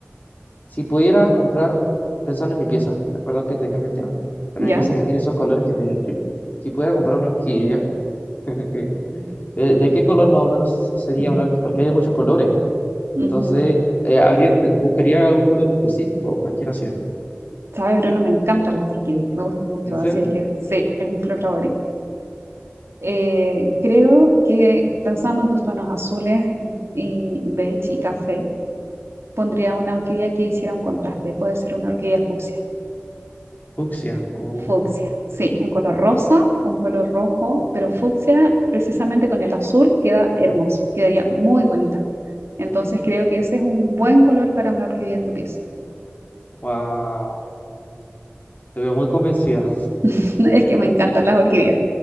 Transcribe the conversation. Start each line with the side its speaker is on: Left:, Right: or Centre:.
Left: si pudiera comprar, pensando en mi pieza, perdón que te cambie el tema, pero
Right: ya.
Left: mi pieza que tiene esos colores que te describí, si pudiera comprar una orquídea, <laughs> que, eh, ¿de qué color más o menos sería
Right: Mm,
Left: una orquídea? Porque hay muchos colores.
Right: ujú.
Left: Entonces, eh, habría, te- ¿buscaría algún color en específico o cualquiera sirve?
Right: Sabes, Bruno, me encantan las orquídeas, me gustan mucho,
Left: ¿En serio?
Right: así es que sí, es mi flor favorita. Eh, creo que pensando en tus tonos azules y beige y café, pondría una orquídea que hiciera un contraste. Puede ser una orquídea fucsia
Left: Fucsia. Oh,
Right: Fucsia, sí, un color rosa, un color rojo, pero fucsia precisamente con el azul queda hermoso, quedaría muy bonita. Entonces creo que ese es un buen color para una orquídea en tu pieza.
Left: wow. Te veo muy convencida.
Right: <laughs> Es que me encantan las orquídeas.